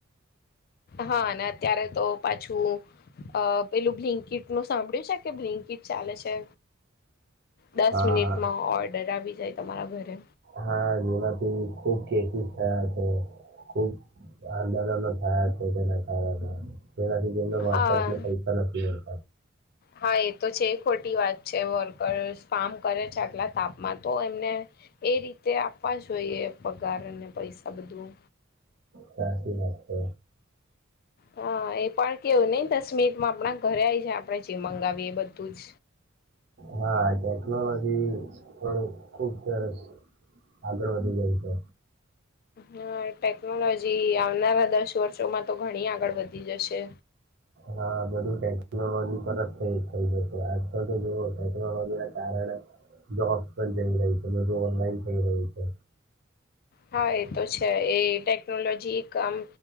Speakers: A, on the left; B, on the right.
A: હા ના ત્યારે તો પાછું પેલું બ્લિંકિટ નું સાંભળ્યું છે ને બ્લિંકિટ ચાલે છે દસ
B: હા
A: મિનિટમાં ઓર્ડર આવી જાય તમારા ઘરે
B: હા જેમાંથી ખુબ કેસીસ થયા છે ખુબ આંદોલનો થયા હતા તેના કારણે તેનાથી તેમના વર્કર્સ
A: હા
B: ને પૈસા નથી મળ્યા
A: હા એ તો છે એ ખોટી વાત છે વર્કર્સ કામ કરે છે આટલા તાપમાં તો એમને એ રીતે આપવા જોઈએ પગાર અને પૈસા બધું
B: સાચી વાત છે
A: હા એ પણ કેવું નઈ દસ મિનિટમાં આપણા ઘરે આવી આપડે જીવ મંગાવીએ બધું જ
B: હા ટેકનોલોજી પણ ખુબ સરસ આગળ વધી જાય છે
A: હા ટેકનોલોજી આવનારા દસ વર્ષોમાં તો ઘણી આગળ વધી જશે
B: હા બધું તરત થઈ થઈ જશે આજકાલ તો જુઓ ટેકનોલોજી ના કારણે જોબ્સ પણ જઈ રહી છે બધું ઓનલાઈન થઈ રહ્યું છે
A: હા એ તો છે એ ટેકનોલોજી આમ